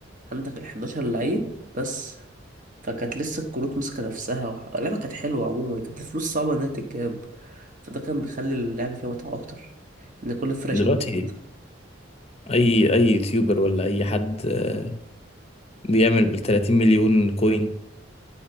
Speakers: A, on the right; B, on the left.
A: عندك ال 11 لعيب بس فكانت لسه الكروت ماسكة نفسها وح- اللعبة كانت حلوة عموما كانت الفلوس صعبة إنها تتجاب فده كان بيخلي اللعبة فيها متعة أكتر إن كل الفرق شبه
B: دلوقتي
A: بعض.
B: اي اي يوتيوبر ولا اي حد آه، بيعمل بال 30 مليون كوين